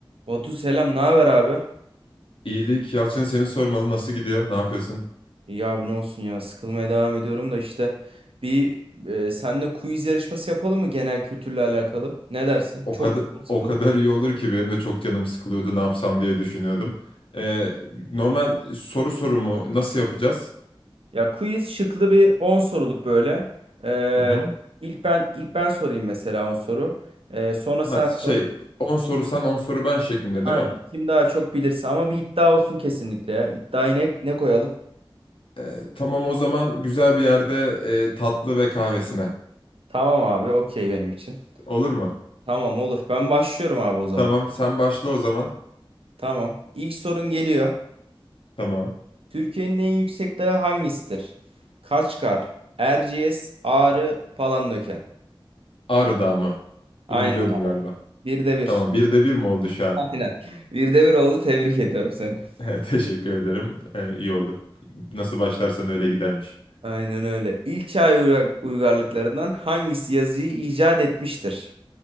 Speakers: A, on the right; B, on the left.
A: Batu selam, ne haber abi?
B: İyilik Yalçın seni sormalı nasıl gidiyor? Ne yapıyorsun?
A: İyi abi ne olsun ya, sıkılmaya devam ediyorum da işte bir e, seninle quiz yarışması yapalım mı genel kültürle alakalı? Ne dersin?
B: O
A: Çok
B: kadar
A: çok sıkıldım.
B: o kadar iyi olur ki benim de çok canım sıkılıyordu. Ne yapsam diye düşünüyordum. Ee, normal soru sorumu nasıl yapacağız?
A: Ya quiz şıklı bir 10 soruluk böyle. Ee,
B: Hı hı.
A: ilk ben ilk ben sorayım mesela 10 soru. Ee, sonra sen
B: Ha, şey
A: sor.
B: on soru sen on soru ben şeklinde
A: Aynen.
B: değil mi?
A: Kim daha çok bilirse ama bir iddia olsun kesinlikle ya. İddiayı ne, ne koyalım?
B: Ee, tamam o zaman güzel bir yerde e, tatlı ve kahvesine.
A: Tamam abi, okey benim için.
B: Olur mu?
A: Tamam olur. Ben başlıyorum abi o zaman.
B: Tamam sen başla o zaman.
A: Tamam. İlk sorun geliyor.
B: Tamam.
A: Türkiye'nin en yüksek dağı hangisidir? Kaçkar, Erciyes, Ağrı, Palandöken.
B: Ağrı Dağı mı?
A: Aynen.
B: Bunu biliyordum galiba.
A: Bir de bir.
B: Tamam birde bir mi oldu şu
A: <laughs>
B: an?
A: Aynen. Bir de bir oldu. Tebrik ediyorum seni.
B: <laughs> Teşekkür ederim. Ee, iyi oldu. Nasıl başlarsan öyle gidermiş.
A: Aynen öyle. İlk çağ uygar- uygarlıklarından hangisi yazıyı icat etmiştir?